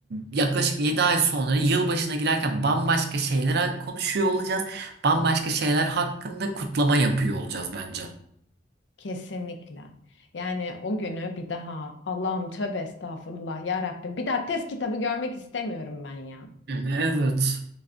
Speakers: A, on the right; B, on the left.
A: yaklaşık 7 ay sonra yılbaşına girerken bambaşka şeyler konuşuyor olacağız. Bambaşka şeyler hakkında kutlama yapıyor olacağız bence.
B: Kesinlikle. Yani o günü bir daha Allah'ım tövbe estağfurullah ya Rabbim bir daha test kitabı görmek istemiyorum ben ya.
A: Evet.